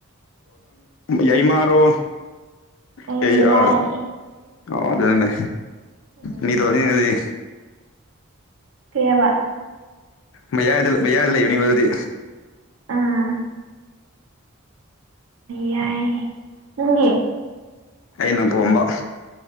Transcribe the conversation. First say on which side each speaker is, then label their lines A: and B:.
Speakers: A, on the left (about 65°); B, on the right (about 80°).
A: ꯌꯥꯏꯃꯔꯣ
B: ꯑꯩ
A: ꯀꯔꯤ
B: ꯃꯌꯥꯏ
A: ꯑ ꯃꯥꯗꯅꯦ
B: ꯎꯝ
A: ꯅ ꯇꯗꯤ
B: ꯀꯩꯕ
A: ꯃꯌꯥꯏꯗ ꯃꯌꯥꯏꯗ ꯂꯩꯕꯅꯤ ꯃꯗꯨꯗꯤ
B: ꯑꯥ ꯌꯥꯏ ꯅꯪꯗꯤ
A: ꯑꯩꯅ ꯑꯥꯇꯣꯝꯕ